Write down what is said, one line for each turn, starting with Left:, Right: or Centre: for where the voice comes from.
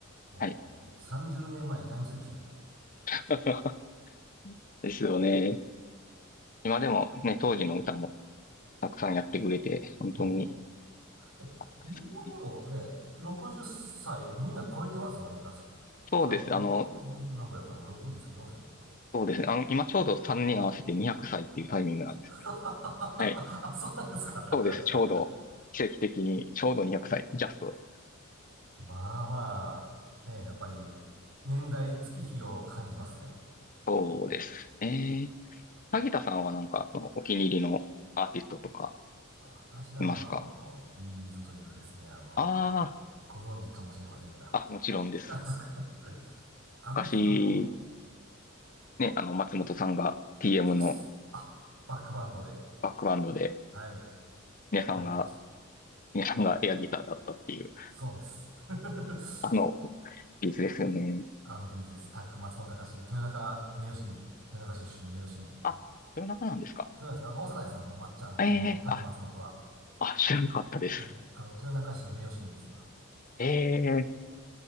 Right: もうあの、
Left: はい。
Right: 30年前にタイムスリップしましたね。
Left: <laughs> ですよね。今でもね、当時の歌もたくさんやってくれて、本当に
Right: そう。え、
Left: 良かったですね。
Right: もうでもね、60歳みんな超えてますよね、確か。
Left: そうです。
Right: それは僕が50何歩やからもう60過ぎてますね、
Left: あの、
Right: きっと。
Left: そうですね。あの、今ちょうど3年合わせて200歳っていうタイミングなんです。
Right: <laughs> あ、
Left: はい。
Right: そうなんですか。
Left: そうです。ちょうど、
Right: <laughs>
Left: 奇跡的に、ちょうど200歳。ジャスト。
Right: まあまあ、ね、やっぱり、年代、月日を感じますね。
Left: そうですね。萩田さんはなんか、そのお気に入りのアーティストとか
Right: 私はもうあの、
Left: いますか
Right: ビーズというですね、あの、
Left: あ
Right: ご存知かもしれませんが。
Left: あー、あ、もちろんです。
Right: <laughs> あの人も、
Left: 昔、ね、あの、松本さんが TM
Right: そうです。
Left: の
Right: あ、バックバンドで、
Left: バックバンドで、
Right: はい、
Left: 皆さんが、
Right: やってました。
Left: 皆さんがエアギターだったっていう、
Right: そうです。<laughs>
Left: あの、ピースですよね。
Right: あのビーズです。タック、松本隆、豊中名誉市民、豊中出身名誉市民。豊
Left: あ、夜中なんですか
Right: 中です。あの、大阪です。あの、抹茶の、
Left: ええーあ、
Right: あの、タック松本は。
Left: あ、知らなかったです。
Right: はい。あの、豊中市の名誉市民です、今。
Left: ええ